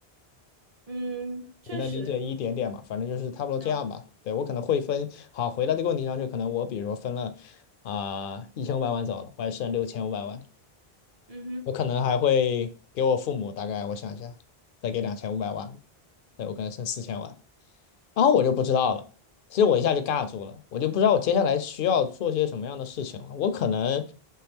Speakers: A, on the right; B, on the left.
A: 嗯，确实，
B: 你能理解一点点嘛？反正就是差不多这样吧。
A: 嗯
B: 对，我可能会分，好，回到这个问题上，就可能我比如说分了啊一千五百万走了，我还剩六千五百万，
A: 嗯哼，
B: 我可能还会给我父母大概我想一下，再给两千五百万吧对，我可能剩四千万。然后我就不知道了。其实我一下就尬住了，我就不知道我接下来需要做些什么样的事情了。我可能，